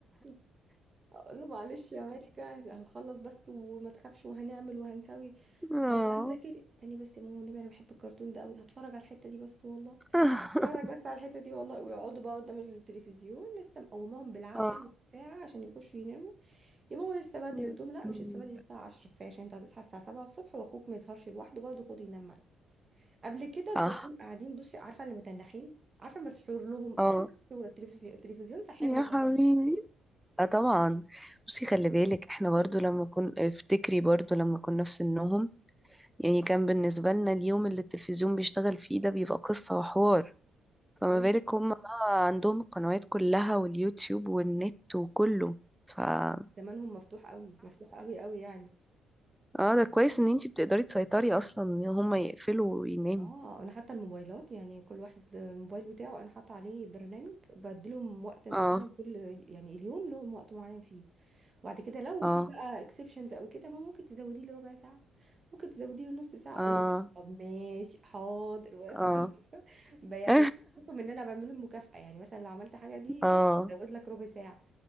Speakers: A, on the right (about 25°); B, in the centre.
A: <laughs> اقول له معلش يا مالكه هنخلص بس وما تخافش وهنعمل وهنسوي
B: اه
A: يلا بقى نذاكر استني بس يا ماما والنبي انا بحب الكرتون ده قوي هتفرج على الحته دي بس والله
B: <laughs>
A: اتفرج بس على الحتة دي والله ويقعدوا بقى قدام التلفزيون لسه مقوماهم بالعافية
B: اه
A: من ساعة عشان يخشوا يناموا يا ماما لسه بدري
B: يا
A: قلت لهم لا مش
B: جميلة.
A: لسه بدري الساعة 10 كفاية عشان انت هتصحى الساعة 7 الصبح واخوك ما يسهرش لوحده برضه خده ينام معاك قبل كده
B: صح
A: كرتون قاعدين بصي عارفة اللي متنحين عارفة مسحور لهم
B: اه
A: عين مسحورة التلفزيون التلفزيون ساحرهم
B: يا حبيبي
A: والله
B: اه طبعا بصي خلي بالك احنا برضو لما كن افتكري برضو لما كنا في سنهم يعني كان بالنسبة لنا اليوم اللي التلفزيون بيشتغل فيه ده بيبقى قصة وحوار فما
A: ايوه
B: بالك هم بقى عندهم القنوات كلها واليوتيوب والنت وكله فأحلى
A: زمانهم مفتوح قوي مفتوح قوي قوي يعني
B: اه ده كويس ان انتي بتقدري تسيطري اصلا ان هم يقفلوا ويناموا
A: اه انا حتى الموبايلات يعني كل واحد الموبايل بتاعه انا حاطه عليه برنامج بديلهم وقت معين
B: اه
A: كل يعني اليوم لهم وقت معين فيه وبعد كده لو
B: اه
A: في بقى اكسبشنز او كده ما ممكن تزوديه لربع ساعه ممكن تزوديه لنص ساعه
B: اه
A: اقول له طب ماشي حاضر
B: اه
A: <laughs> ب- يعني
B: <laughs>
A: بحكم ان انا بعمله مكافاه يعني مثلا لو عملت حاجه دي
B: اه
A: كده هزود لك ربع ساعه